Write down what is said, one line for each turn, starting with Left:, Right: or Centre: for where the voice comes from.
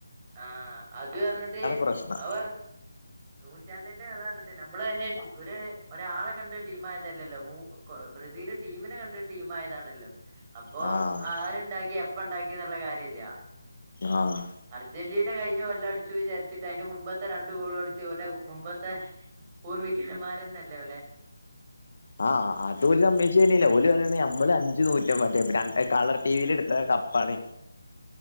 Right: ആഹ് അത് പറഞ്ഞിട്ട്
Left: പ്രശ്നം
Right: അവർ നൂറ്റാണ്ടി പറഞ്ഞിട്ട് നമ്മള് ന്ന് ഒര് ഒരാളെ കണ്ട് ടീമായതല്ലല്ലോ മൂ ബ്രസീല് ടീമിനെ കണ്ട് ടീമായതാണല്ലോ അപ്പോ
Left: ആഹ്
Right: ആരുണ്ടാക്കി എപ്പണ്ടാക്കി ഇതിനുള്ള കാര്യം ഇല്ല
Left: ആഹ്
Right: അർജന്റീന കഴിഞ്ഞ കൊല്ലം അടിച്ചു വിചാരിച്ചിട്ട് അതിന്റെ മുമ്പത്തെ രണ്ട് ഗോളും അടിച്ചു ഇവരുടെ മുമ്പത്തെ പൂർവിക്കന്മാരന്നല്ലപോലെ
Left: ആഹ് അതൂല്ല മെഷീനില ഓല് പറയണ നമ്മള് അഞ്ചു നൂറ്റ മറ്റ ര കളർ ടിവിൽ എടുത്ത കപ്പാണ്